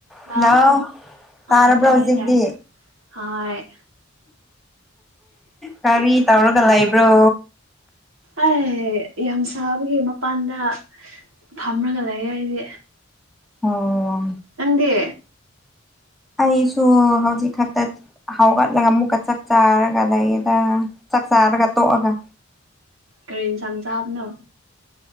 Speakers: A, on the right (about 80°); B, in the centre.
A: hello
B: hello
A: ꯍꯣꯏ
B: ꯇꯥꯔꯕ꯭ꯔꯣ
A: ꯇꯥꯔꯦ
B: ꯍꯧꯖꯤꯛꯗꯤ
A: ꯇꯥꯔꯦ ꯍꯣꯏ
B: ꯀꯔꯤ ꯇꯧꯔꯒ ꯂꯩꯕ꯭ꯔꯣ
A: ꯑꯩ ꯌꯥꯝ ꯁꯥꯕꯒꯤ ꯃꯄꯥꯟꯗ ꯐꯝꯃꯒ ꯂꯩꯌꯦ ꯑꯩꯗꯤ
B: ꯑꯣ
A: ꯅꯪꯗꯤ
B: ꯑꯩꯁꯨ ꯍꯧꯖꯤꯛ ꯈꯛꯇ ꯍꯧꯥꯎꯒꯠꯂꯒ ꯑꯃꯨꯛꯀ ꯆꯥꯛ ꯆꯥꯔꯒ ꯂꯩꯌꯦꯦꯗ ꯆꯥꯛ ꯆꯥꯔꯒ ꯇꯣꯛꯑꯒ
A: ꯀꯔꯤ ꯌꯦꯟꯁꯥꯡ ꯆꯥꯕꯅꯣ